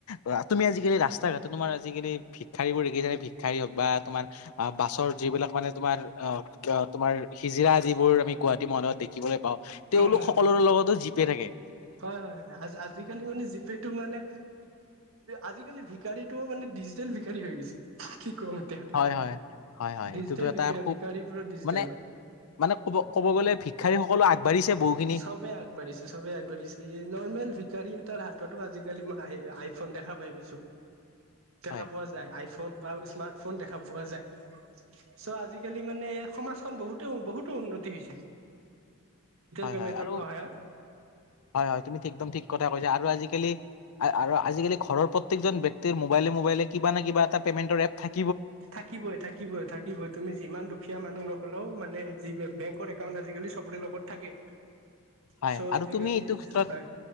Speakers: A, on the left (about 75°); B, on the right (about 65°).
A: অ তুমি আজি কালি ৰাস্তা ঘাটে তোমাৰ আজিকালি ভিক্ষাৰী বোৰ দেখিচানে ভিক্ষাৰী হওঁক বা তোমাৰ অ বাছৰ যিবিলাক মানে তোমাৰ অ তোমাৰ হিজিৰা যিবোৰ আমি গুৱাহাটী মহানগৰীত দেখিবলৈ পাওঁ তেওঁলোক
B: হয় হয়
A: সকলোৰে
B: হয়
A: লগতো জি'পে ন
B: হয় হয় হয় আজিকালি মানে জিপেটো মানে আজিকালি বিখাৰীটো মানে ডিজিটেল বিখাৰী হৈ গৈছে কি কম এতিয়া।
A: হয় হয় হয় হয়
B: ডিজিটেল
A: এইটোতো এটা
B: ভিকাৰীবোৰো
A: খুব
B: ডিজিটেল।
A: মানে মানে ক'ব ক'ব গ'লে ভিক্ষাৰী সকলো আগবাঢ়িছে বহুখিনি
B: চবে আগবাঢ়িছে চবেই আগবাঢ়িছে নৰ্মেল ভিখাৰী তাৰ হাততো আজিকালি মই আ আইফোন দেখা পাই কিছু দেখা
A: হয়
B: পোৱা যায় আইফোন ফোন বা স্মাৰ্টফোন দেখা পোৱা যায়। চ' আজিকালি মানে সমাজখন বহুতো বহুতো উন্নতি হৈছে।
A: হয়
B: পেমেন্টৰ
A: হয় আৰু
B: সহায়ত
A: হয় হয় তুমি ঠিক একদম ঠিক কথা কৈছা আৰু আজিকালি আজিকালি ঘৰৰ প্ৰটেক জন ব্যক্তিৰ মোবাইলে মোবাইলে কিবা ন কিবা এটা পেমেন্ট ৰ এপ থাক
B: থাকিবই থাকিবই থাকিবই তুমি যিমান দুখীয়া মানুহ ন হ'লেও মানে যি বেংকৰ একাউন্ট আজিকালি চবৰে লগত থাকে।
A: হয়
B: চ'
A: আৰু
B: আজিকালি
A: তুমি এইটো ক্ষেত্ৰত
B: হয়